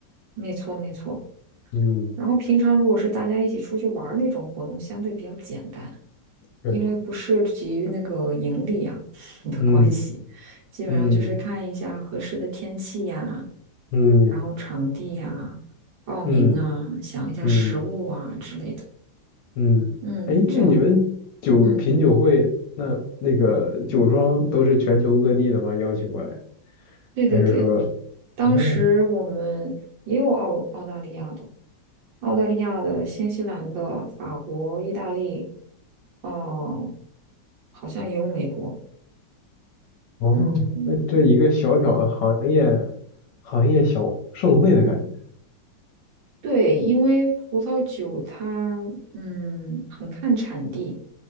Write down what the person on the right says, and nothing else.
没错，没错。
然后平常如果是大家一起出去玩儿那种活动，相对比较简单。
因为不涉及于那个盈利啊 <laughs> 的关系，
基本上就是看一下合适的天气呀，
然后场地呀，报名啊，
想一下食物啊之类的。
嗯，
这样，
嗯，
对对对，
当时我们也有澳澳大利亚的、
澳大利亚的、新西兰的、法国、意大利，哦、好像也有美国，
嗯。
对，因为葡萄酒它嗯很看产地，